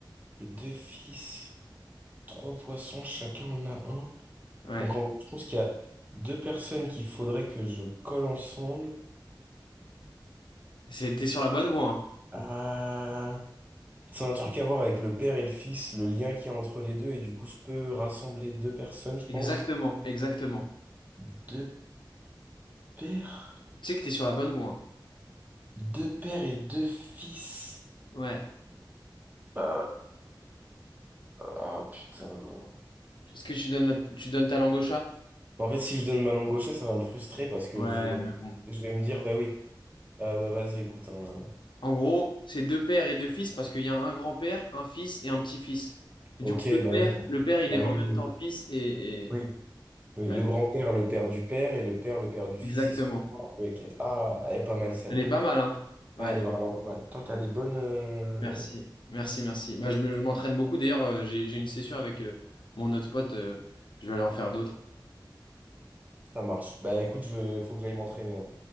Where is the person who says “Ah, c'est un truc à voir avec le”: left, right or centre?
Right